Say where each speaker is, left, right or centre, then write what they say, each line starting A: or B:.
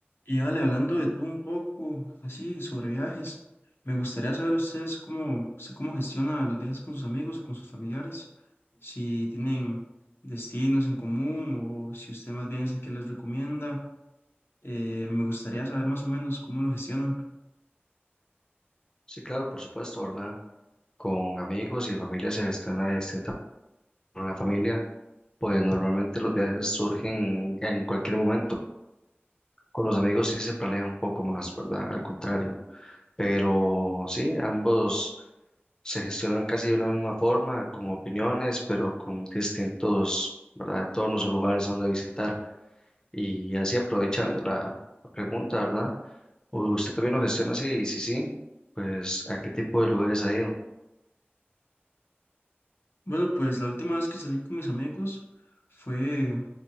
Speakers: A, on the left; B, on the left.
A: Y dale, hablando de todo un poco, así sobre viajes, me gustaría saber ustedes cómo, usted cómo gestiona los viajes con sus amigos o con sus familiares, si tienen destinos en común o si usted más bien es el que les recomienda. eh, me gustaría saber más o menos cómo lo gestionan.
B: Sí, claro, por supuesto, ¿verdad? Con amigos y familia se gestiona de distinta con la familia, pues normalmente los viajes surgen en cualquier momento. Con los amigos sí se planea un poco más, ¿verdad? Al contrario. Pero sí, ambos se gestionan casi de una misma forma, con opiniones, pero con distintos, ¿verdad? Tonos o lugares a donde visitar. Y así aprovechando la, la pregunta, ¿verdad? ¿Usted también lo gestiona así? Y si sí, pues ¿a qué tipo de lugares ha ido?
A: Bueno, pues la última vez que salí con mis amigos fue